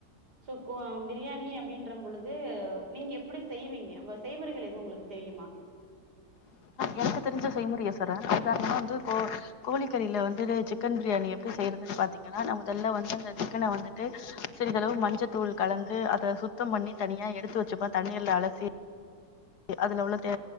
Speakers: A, on the right (about 85°); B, on the left (about 80°).
A: சோ கோ பிரியாணி அப்படின்றம் பொழுது நீங்க எப்படி செய்வீங்க செய்முறைகள் எதுவு உங்களுக்கு தெரியுமா
B: எனக்கு தெரிஞ்ச செய்முறைய சொல்றே உதாரணமா வந்து கோ கோழிக்கறியில வந்து சிக்கன் பிரியாணி எப்படி செய்யறதுன்னு பாத்தீங்கன்னா மொதல்ல வந்து அந்த சிக்கனை வந்துட்டு சிறிதளவு மஞ்சத்தூள் கலந்து அத சுத்தம் பண்ணி தனியா எடுத்து வச்சுப்பே தண்ணீர்ல அலசி அதுல உள்ள